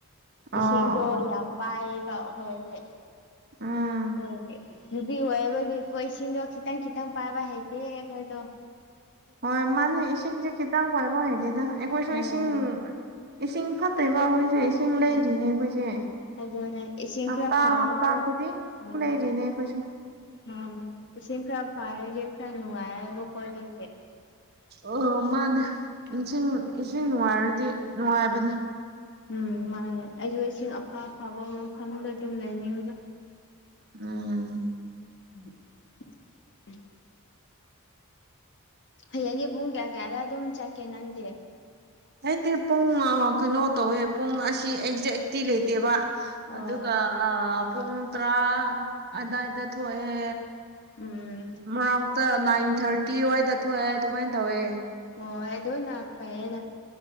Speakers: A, on the right; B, on the left.
A: ꯑꯣ
B: ꯏꯁꯤꯡꯗꯣ
A: ꯑꯣ
B: ꯌꯥꯝ ꯄꯥꯏꯌꯦꯕ ꯑꯩꯈꯣꯏꯗꯤ
A: ꯎꯝ
B: ꯑꯗꯨꯒꯤ ꯅꯨꯄꯤ ꯑꯣꯏꯕꯒꯤ ꯀꯣ ꯏꯁꯤꯡꯗꯣ ꯈꯤꯇꯪ ꯈꯤꯇꯪ ꯄꯥꯏꯕ ꯍꯩꯇꯦ ꯑꯈꯣꯏꯗꯣ
A: ꯍꯣꯏ ꯃꯥꯅꯤ ꯏꯁꯤꯡꯖꯦ ꯈꯤꯇꯪ ꯄꯥꯏꯕ ꯍꯩꯇꯦꯗ ꯑꯩꯈꯣꯏꯁꯨ
B: ꯑꯧ
A: ꯏꯁꯤꯡ ꯏꯁꯤꯡ ꯐꯠꯇꯦꯕ ꯑꯩꯈꯣꯏꯁꯦ ꯏꯁꯤꯡ ꯂꯩꯔꯤꯅꯦ
B: ꯎꯝ
A: ꯑꯩꯈꯣꯏꯁꯦ
B: ꯑꯗꯨꯅꯦ ꯏꯁꯤꯡ
A: ꯍꯞꯇꯥ
B: ꯈꯔ ꯐꯕꯗꯣ
A: ꯍꯞꯇꯥ ꯈꯨꯗꯤꯡ
B: ꯎꯝ
A: ꯂꯩꯔꯤꯅꯦ ꯑꯩꯈꯣꯏꯁꯨ
B: ꯎꯝ ꯏꯁꯤꯡ ꯈꯔ ꯐꯔꯗꯤ ꯈꯔ ꯅꯨꯡꯉꯥꯏꯌꯦꯕꯀꫭ ꯑꯗꯨꯒꯤ
A: ꯑꯣ ꯃꯥꯟꯅꯦ ꯏꯁꯤꯡ ꯏꯁꯤꯡ ꯅꯨꯡꯉꯥꯏꯔꯗꯤ ꯅꯨꯡꯉꯥꯏꯕꯅꯤ
B: ꯎꯝ ꯃꯥꯟꯅꯦ ꯑꯩꯖꯨ ꯏꯁꯤꯡ ꯑꯐ ꯑꯐꯕ ꯃꯐꯝꯗ ꯑꯗꯨꯝ ꯂꯩꯅꯤꯡꯉꯦ
A: ꯎꯝ
B: <inaudible> ꯍꯌꯦꯡꯗꯤ ꯄꯨꯡ ꯀꯌꯥ ꯀꯌꯥꯗ ꯑꯗꯨꯝ ꯆꯠꯀꯦ ꯅꯪꯗꯤ
A: ꯑꯩꯗꯤ ꯄꯨꯡ ꯀꯩꯅꯣ ꯇꯧꯋꯦ ꯄꯨꯡ ꯑꯁꯤ ꯑꯦꯛꯖꯦꯛꯇꯤ ꯂꯩꯇꯦꯕ
B: ꯑꯣ
A: ꯑꯗꯨꯒ ꯑ ꯄꯨꯡ ꯇꯔꯥ ꯑꯗꯥꯏꯗ ꯊꯣꯛꯑꯦ
B: ꯎꯝ
A: ꯃꯔꯛꯇ ꯅꯥꯏꯟ ꯊꯥꯔꯇꯤ ꯋꯥꯏꯗ ꯊꯣꯛꯑꯦ ꯑꯗꯨꯃꯥꯏꯟ ꯇꯧꯋꯦ
B: ꯍꯣꯏ ꯑꯗꯨꯅ ꯐꯩꯌꯦꯗ